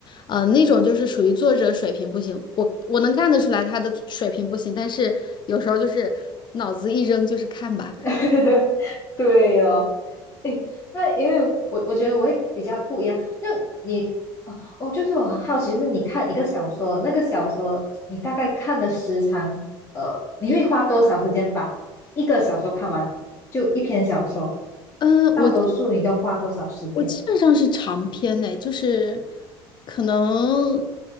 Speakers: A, on the left; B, on the left.
A: 呃，那种就是属于作者水平不行，我我能看得出来他的水平不行，但是有时候就是脑子一扔就是看吧。
B: <laughs> 对哦。诶那因为我我觉得我会比较不一样。就你哦哦，就是我很好奇，就是你看一个小说，那个小说你大概看的时长，呃，你会花多少时间把一个小说看完？就一篇小说，
A: 嗯，
B: 大多数你都花多少时间？
A: 我基我基本上是长篇的，就是可能